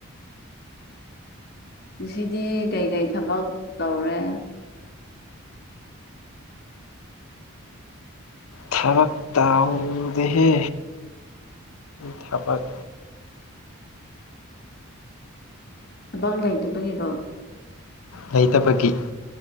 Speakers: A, on the left; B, on the left.
A: ꯁꯤꯗꯤ ꯀꯩꯀꯩ ꯊꯕꯛ ꯇꯧꯔꯦ
B: ꯊꯕꯛ ꯇꯧꯗꯦꯍꯦ ꯊꯕꯛ
A: ꯑꯕꯥꯛ ꯂꯩ ꯂꯩꯇꯕꯒꯤꯔꯣ
B: ꯂꯩꯇꯕꯒꯤ